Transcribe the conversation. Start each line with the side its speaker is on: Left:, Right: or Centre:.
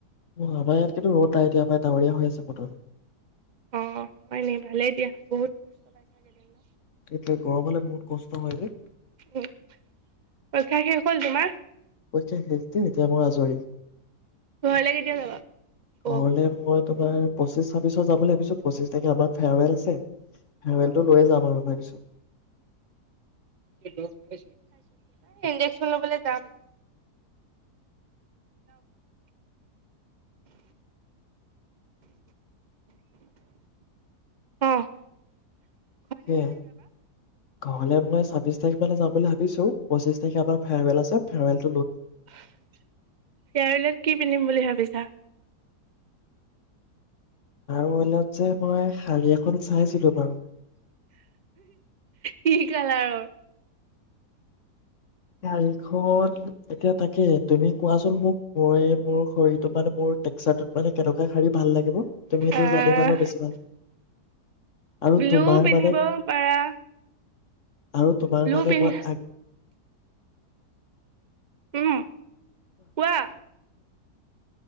Left: অ আমাৰ ইয়াত কিন্তু ৰ'দ নাই এতিয়া আমাৰ ডাৱৰীয়া হৈ আছে বতৰ-
Right: অ হয় নি ভালেই দিয়া বহুত ত' পাইছা গেবেন ন
Left: এতিয়া গৰম হলে বহুত কষ্ট হয় ন
Right: উম পৰীক্ষা শেষ হ'ল তোমাৰ
Left: কচে হে্তুন এতিয়া মোৰ আজৰি
Right: ঘৰলে কেতিয়া যাবা অ
Left: ঘৰলে মই তোমাৰ পঁচিশ ছাব্বিশ যাম বুলি ভাবিছো পঁচিশ তাৰিখে আমাৰ ফেয়াৰৱেল আছে ফেয়াৰৱেলটো লৈয়ে যাম আৰু ভাবিছ
Right: ৰেষ্ট পাইছা ইশজেকচন লবলৈ যাম অহ অহ
Left: সেয়াই ঘৰলে মই চাবিছ তাৰিখলে যাবলৈ হেইটো চিৱৰ পঁছিছ তাৰিখ আমাৰ ফেয়াৰৱেল আছে ফেয়াৰ
Right: ফেয়াৰৱেলত কি পিন্ধিম বুলি ভাবিছা
Left: মলত যে মই শাৰী এখন চাইছিলো বাৰু
Right: কি কালালৰ
Left: শাৰীখন এতিয়া তাক কিয় তুমি কোৱাচোন মোক মই মোৰ শৰীৰটো মানে মোৰ টেকচাৰতোত মানে কেনেকুৱা শাৰী ভাল লাগিব তুমি সেইটো
Right: আহ
Left: জানি ললে বেছি ভাল আৰু
Right: ব্লু
Left: তোমাৰ
Right: পিন্ধিব
Left: মানে
Right: পাৰা
Left: আৰু তোমাৰ
Right: ব্লু
Left: মানে
Right: পিন্ধি
Left: মই আগ
Right: উম কোৱা